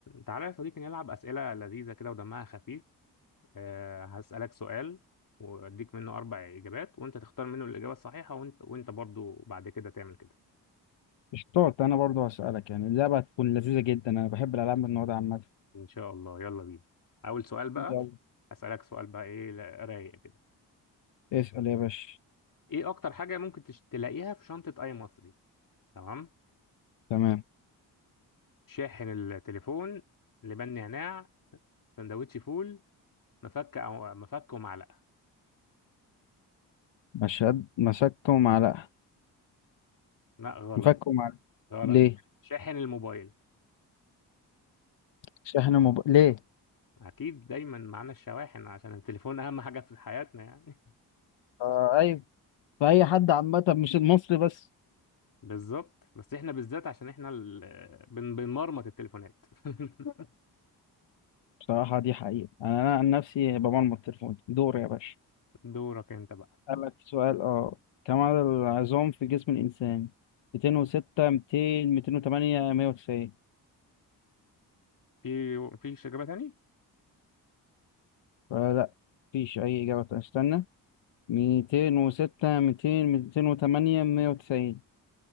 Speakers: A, on the left (about 50°); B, on the left (about 80°).
A: تعالى يا صديقي نلعب أسئلة لذيذة كده ودمها خفيف أه هسألك سؤال وأديك منه أربع إجابات وأنت تختار منه الإجابة الصحيحة وأنت وأنت برضو بعد كده تعمل كده
B: اشطاط انا برضو هسألك يعني اللعبة هتكون لذيذة جدا انا بحب الالعاب من النوع ده عامة
A: إن شاء الله يلا بينا أول سؤال بقى
B: يلا
A: أسألك سؤال بقى إيه لا- رايق كده
B: اسأل يا باشا
A: إيه أكتر حاجة ممكن تش- تلاقيها في شنطة أي مصري تمام
B: تمام
A: شاحن التليفون لبن نعناع سندوتش فول مفك أو مفك ومعلقة
B: مشهد مسكته معلقة
A: لا غلط
B: مفكه معلقة
A: غلط
B: ليه
A: شاحن الموبايل
B: شحن موبايل ليه
A: اكيد دايما معانا الشواحن عشان التليفون اهم حاجه في حياتنا يعني
B: آه ايوه فأي حد عامة مش المصري بس
A: بالظبط بس احنا بالذات عشان احنا ال... بن... بنمرمط التليفونات <laughs>
B: بصراحة دي حقيقة انا أنا عن نفسي بمرمط تليفوني دور يا باشا
A: دورك انت بقى
B: اسألك سؤال اه كم عدد العظام في جسم الانسان 206 200 208 190
A: في في اجابه تاني
B: آه لا مفيش اي اجابة تانية. استنى ميتين وستة ميتين ميتين وتمانية مية وتسعين